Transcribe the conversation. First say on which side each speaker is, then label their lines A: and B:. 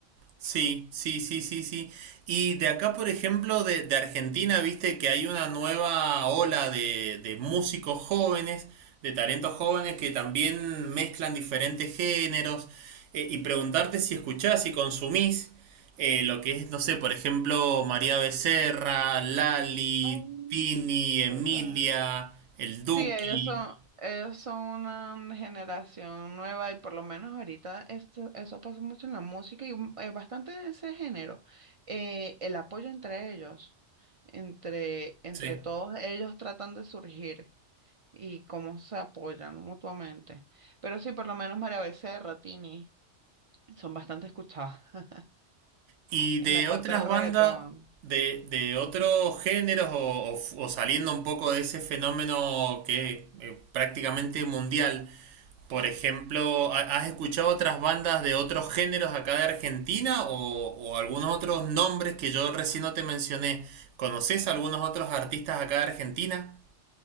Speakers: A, on the right; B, on the right.
A: Sí, sí, sí, sí, sí. Y de acá, por ejemplo, de, de Argentina, viste que hay una nueva ola de, de músicos jóvenes, de talentos jóvenes que también mezclan diferentes géneros. Eh, y preguntarte si escuchás y consumís eh, lo que es, no sé, por ejemplo, María Becerra, Lali,
B: Ay,
A: Tini, Emilia,
B: total.
A: El Duki.
B: Sí, ellos son, ellos son una generación nueva y por lo menos ahorita esto, eso pasa mucho en la música y un- eh, bastante en ese género. Eh, el apoyo entre ellos, entre, entre
A: Sí.
B: todos ellos tratan de surgir y cómo se apoyan mutuamente. Pero sí, por lo menos María Becerra, Tini, son bastante escuchadas <laughs>
A: Y
B: en
A: de
B: la parte
A: otras
B: del reggaetón.
A: bandas, de, de otros géneros o, o f- o saliendo un poco de ese fenómeno que es eh, prácticamente mundial, por ejemplo, ¿ha- ¿has escuchado otras bandas de otros géneros acá de Argentina o, o algunos otros nombres que yo recién no te mencioné? ¿Conoces algunos otros artistas acá de Argentina?